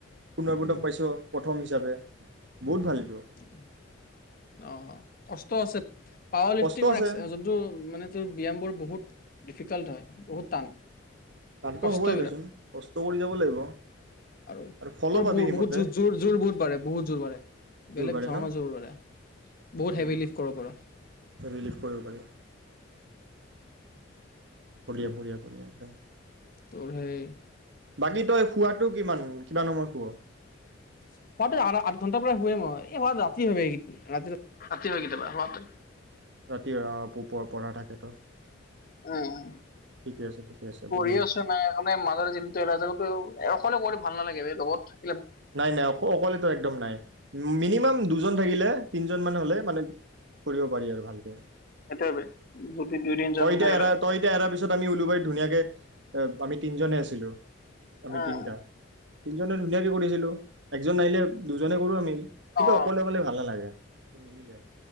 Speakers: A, on the right; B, on the left.
A: সোণৰ পদক
B: উম
A: পাইছো প্ৰথম। <unintelligible> বহুত ভাল। এইটো
B: উম। অ, কষ্ট আছে। পাৱাৰ লিফটিঙৰ
A: কষ্ট আছে
B: <unintelligible> যোনটো মানে তোৰ ব্যামবোৰ বহুত। ডিফিক্লট হয় বহুত টান।
A: টানটো
B: কষ্ট
A: হ'বই
B: বিৰাত,
A: দেচোন কষ্ট কৰি যাব লাগিব
B: আৰু
A: ফলো
B: তোৰ
A: পাবি
B: বহুত
A: সেইমতে
B: বহুত জো জোৰ জোৰ বহুত বাঢ়ে বহুত জোৰ বাঢ়ে।
A: জোৰ
B: বেলেগ
A: বাৰে
B: ধৰণৰ
A: ন
B: জোৰ বাঢ়ে বহুত
A: উম
B: হেভী লিফ কৰিব পাৰো।
A: ৰিলিফ কৰিব পাৰি বঢ়িয়া, বঢ়িয়া, বঢ়িয়া একদম।
B: তুৰহে এই
A: বাকী তই শুৱাটো কিমান, কিমান সময়ত শুৱ?
B: শুৱাটো আঠ আঠ ঘন্টাৰ পৰা শুইয়ে লওঁ, এই ৰাতি হয় কেতিয়াবা, শুৱাটো।
A: ৰাতি হয় অ, পো প পৰা থাকেতো।
B: উম,
A: ঠিকে আছে ঠিকে আছে
B: কৰি
A: বঢ়িয়া
B: আছো <unintelligible> ভাল নালাগেদে লগত থাক
A: নাই নাই, অক অকলেটো একদম নাই মিনিমাম দুজন থাকিলে তিনিজন মান হ'লে মানে, কৰিব পাৰি আৰু ভালকে।
B: সেইটোৱে বে, দুই দুই তিনজন
A: তই এতিয়া
B: থাকিলে,
A: এৰা, তই এতিয়া এৰাৰ পিছত, আমি ওলোবাৰীত ধুনীয়াকে এ আমি তিনিজনেই আছিলোঁ। আমি
B: অ',
A: তিনিটা। তিনিজনে ধুনিয়া কৰিছিলো। একজন নাহিলে দুজনে কৰো আমি। কিন্তু
B: অ'।
A: অকলে কলে ভাল নালাগে নিমিলে